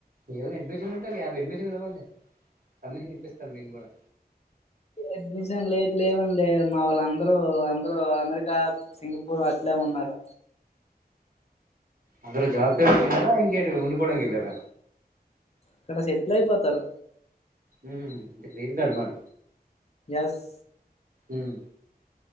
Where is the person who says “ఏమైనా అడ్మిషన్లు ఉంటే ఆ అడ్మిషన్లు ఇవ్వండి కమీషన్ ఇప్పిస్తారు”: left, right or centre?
Right